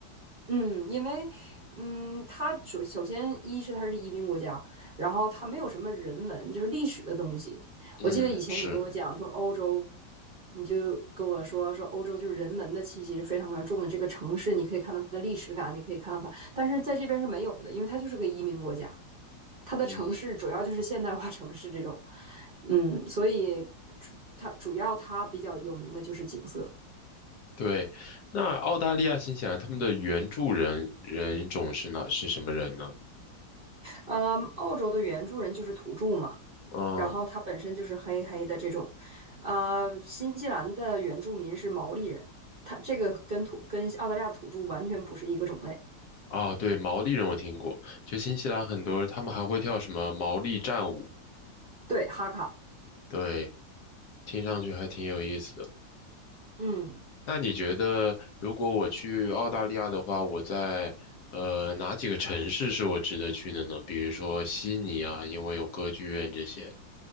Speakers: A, on the right; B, on the left.
A: 嗯，因为，嗯，它首首先一是它是移民国家，然后它没有什么人文，就是历史的东西。
B: 嗯，
A: 我记得以前你跟我讲说欧洲，
B: 是，
A: 你就跟我说说欧洲就是人文的气息是非常非常重的。这个城市你可以看到它的历史感，你可以看到它，但是在这边是没有的，因为它就是个移民国家，它的城市主要就是现代化城市这种，
B: 嗯，
A: 嗯，所以主它主要它比较有名的就是景色。
B: 对。那澳大利亚、新西兰他们的原住人人种是哪是什么人呢？
A: 嗯，澳洲的原住人就是土著嘛。
B: 嗯。
A: 然后它本身就是黑黑的这种，呃，新西兰的原住民是毛利人，它这个跟土跟澳大利亚土著完全不是一个种类。
B: 哦，对，毛利人我听过，就新西兰很多他们还会跳什么毛利战舞，
A: 对，哈卡，
B: 对，听上去还挺有意思的。
A: 嗯。
B: 那你觉得如果我去澳大利亚的话，我在呃哪几个城市是我值得去的呢？比如说悉尼啊，因为有歌剧院这些。